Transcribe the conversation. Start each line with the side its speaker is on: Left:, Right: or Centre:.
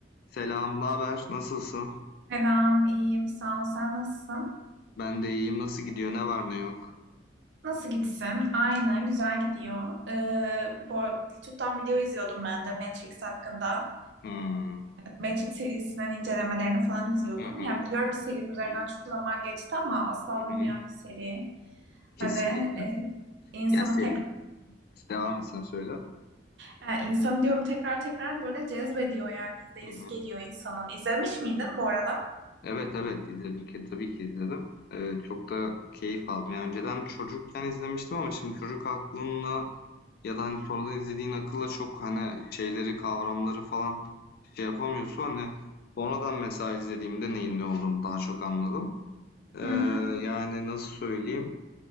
Left: Selam, ne haber? Nasılsın?
Right: Selam, iyiyim. Sağ ol. Sen nasılsın?
Left: Ben de iyiyim. Nasıl gidiyor? Ne var ne yok?
Right: Nasıl gitsin? Aynı, güzel gidiyor. Ee, bu, YouTube'dan video izliyordum ben de Matrix hakkında.
Left: Hmm.
Right: Matrix serisinin incelemelerini falan izliyordum.
Left: Hı hı,
Right: Ya biliyorum serinin üzerinden
Left: hı hı,
Right: çok zaman geçti ama asla
Left: hı
Right: olmayan
Left: hı.
Right: bir seri.
Left: Kesinlikle.
Right: Hani e, insanı
Left: Yani seri
Right: tekrar
Left: devam etsen söyle.
Right: Ha, insanı diyorum tekrar tekrar böyle cezbediyor yani izleyesi
Left: Hı hı.
Right: geliyor insanın. İzlemiş miydin bu arada?
Left: Evet evet izledim ki tabii ki izledim. Ee, çok da keyif aldım. Yani önceden çocukken izlemiştim ama şimdi çocuk aklınla ya da hani sonradan izlediğin akılla çok hani şeyleri kavramları falan şey yapamıyorsun. Hani sonradan mesela izlediğimde neyin ne olduğunu daha çok anladım. Ee,
Right: Hı hı.
Left: yani nasıl söyleyeyim?